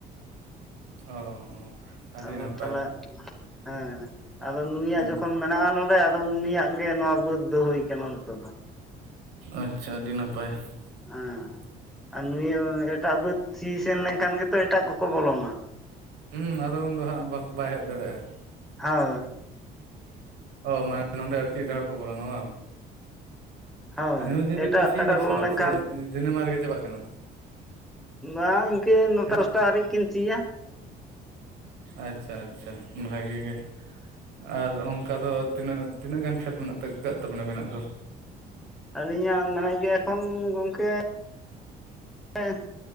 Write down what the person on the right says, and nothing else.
ᱚ, ᱟᱹᱰᱤ
ᱱᱟᱯᱟᱭ
ᱦᱩᱸ
ᱟᱪᱪᱷᱟ ᱟᱹᱰᱤ ᱱᱟᱯᱟᱭ, <inaudible>
ᱦᱸ ᱟᱫᱚ ᱩᱱᱫᱚ ᱦᱟᱸᱜ ᱵᱟᱠᱷ ᱵᱟᱭ ᱦᱮᱡ ᱫᱟᱲᱮᱭᱟᱜᱼᱟ᱾
ᱚ ᱢᱟᱱᱮ ᱱᱚᱸᱰᱮ ᱟᱨᱠᱤ ᱮᱴᱟᱜ ᱦᱚᱲ ᱠᱚ ᱵᱚᱞᱚᱱᱟ ᱵᱟᱝ᱾
ᱟᱨ ᱧᱩᱛ ᱧᱤᱫᱟᱹ
ᱠᱚ ᱥᱤᱭ
ᱮᱫᱟ
ᱥᱮ ᱵᱟᱝ,
ᱥᱮ ᱫᱤᱱᱮᱢᱟ ᱨᱮᱜᱮ ᱪᱟᱵᱟᱜ ᱠᱟᱱᱟ?
ᱦᱮᱸ
ᱟᱪᱪᱷᱟ ᱟᱪᱪᱷᱟ ᱵᱷᱟᱹᱜᱤ ᱜᱮ᱾ ᱟᱨ ᱚᱱᱠᱟ ᱫᱚ ᱛᱤᱱᱟᱹᱜ ᱛᱤᱱᱟᱹᱜ ᱜᱟᱱ ᱠᱷᱮᱛ ᱢᱮᱱᱟᱜ <unintelligible> ᱠᱟᱜ ᱛᱟᱵᱤᱱᱟ ᱟᱵᱮᱱᱟᱜ ᱫᱚ?